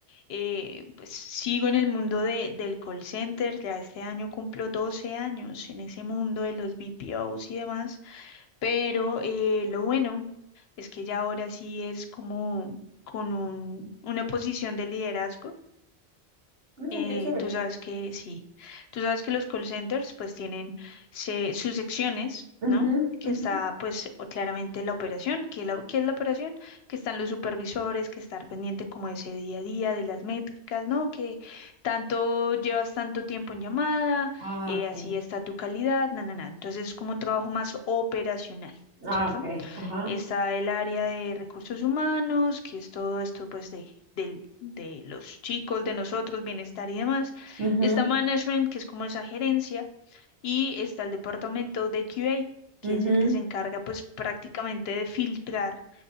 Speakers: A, on the left (about 65°); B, on the right (about 80°).
A: eh, pues sigo en el mundo de, del call center, ya este año cumplo 12 años en ese mundo de los BPOs y demás, pero eh, lo bueno es que ya ahora sí es como con un- una posición de liderazgo
B: Mm,
A: eh,
B: qué chévere.
A: tú sabes que sí, tú sabes que los call centers pues tienen se- sus secciones,
B: Ujú,
A: ¿no? Que
B: ujú.
A: está pues o- claramente la operación, que la, ¿qué es la operación? Que están los supervisores, que estar pendiente como de ese día a día, de las métricas, ¿no? Que tanto llevas tanto tiempo en llamada,
B: Ah,
A: eh, así
B: ok.
A: está tu calidad, na, na, na. Entonces es como un trabajo más operacional,
B: Ah,
A: ¿cierto?
B: ok, ajá.
A: Está el área de recursos humanos, que es todo esto pues de, del- de los chicos, de nosotros, bienestar y demás.
B: Ujú,
A: Está management, que es como esa gerencia. Y está el departamento de QA, que
B: ujú,
A: es el que se encarga pues prácticamente de filtrar